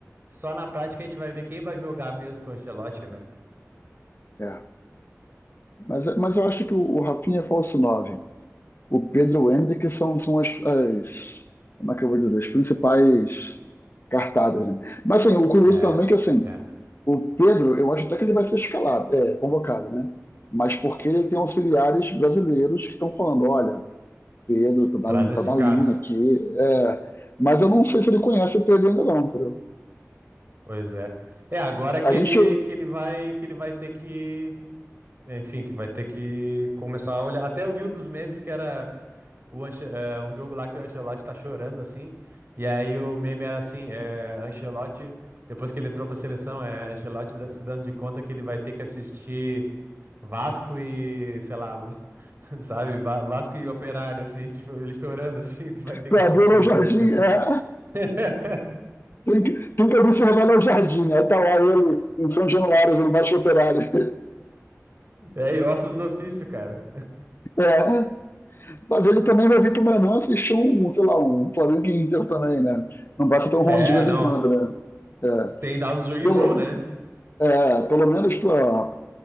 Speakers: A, on the right; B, on the left.
A: só na prática a gente vai ver quem vai jogar mesmo com o Ancelotti, né?
B: é. Mas, mas eu acho que o, o Rafinha é falso nove O Pedro e o Hendrick são, são as, as. Como é que eu vou dizer? As principais cartadas, né? Mas assim, o curioso
A: É,
B: também é que assim,
A: é.
B: O Pedro, eu acho até que ele vai ser escalado, é, convocado, né? Mas porque ele tem auxiliares brasileiros que estão falando, olha, Pedro tá na,
A: Traz esse
B: tá na
A: cara.
B: linha aqui. É, mas eu não sei se ele conhece o Pedro ainda não, entendeu?
A: Pois é. É agora
B: A
A: que ele
B: gente,
A: que ele vai que ele vai ter que, enfim, que vai ter que começar a olhar. Até eu vi um dos memes que era o Anche- é, um jogo lá que o Ancelotti tá chorando assim. E aí o meme era assim, é, Ancelotti, depois que ele entrou pra seleção, é Ancelotti da- se dando de conta que ele vai ter que assistir Vasco e, sei lá, <laughs> sabe? Va- Vasco e Operário, assim, tipo, ele chorando, <laughs> assim, que vai ter
B: para
A: que assistir
B: ver o
A: o
B: Jardim,
A: jogo, tá ligado?
B: é,
A: <laughs>
B: tem, que, tem que observar o Jardim. Aí tá lá ele em São Januário, no Baixo Operário. <laughs>
A: É, e ossos do ofício, cara.
B: É, mas ele também vai vir para o Manu assistir um, sei lá, um Flamengo e Inter também, né? Não basta tão ruim
A: É,
B: de vez
A: não.
B: em quando, né? É,
A: Tem dado o jogo e
B: pelo,
A: bom, né?
B: é, pelo menos para